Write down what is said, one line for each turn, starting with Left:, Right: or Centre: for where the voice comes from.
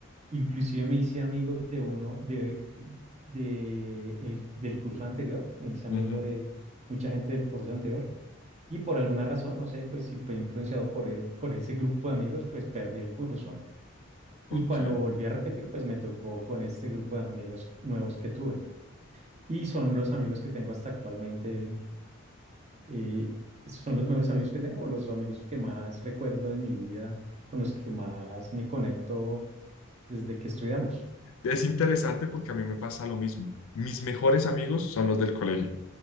Right: Inclusive me hice amigo de uno de, de el, del curso anterior, me hice amigo
Left: ujú,
Right: de mucha gente del curso anterior y por alguna razón, no sé, pues si fue influenciado por, eh, por ese grupo de amigos, pues perdí el curso
Left: ok.
Right: y cuando volví a repetir, pues me tocó con este grupo de amigos nuevos que tuve y son los amigos que tengo hasta actualmente, eh, son los mejores amigos que tengo, los amigos que más recuerdo de mi vida, con los que más me conecto desde que estudiamos.
Left: Es interesante porque a mí me pasa lo mismo. Mis mejores amigos son los del colegio.